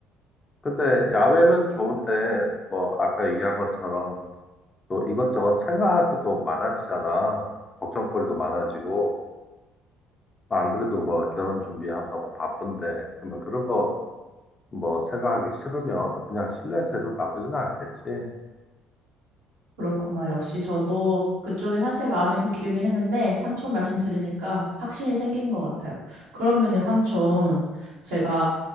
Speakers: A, on the left; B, on the right.
A: 근데 야외면 좋은데 뭐 아까 얘기한 것처럼 또 이것저것 생각하기도 많아지잖아. 걱정거리도 많아지고 안 그래도 뭐 결혼 준비한다고 바쁜데 그러면 그런 거 뭐 생각하기 싫으면 그냥 실내에서 해도 나쁘진 않겠지.
B: 그렇구나. 역시 저도 그쪽에 사실 마음이 더 기우긴 했는데 삼촌 말씀 들으니까 확신이 생긴 것 같아요. 그러면요, 삼촌. 제가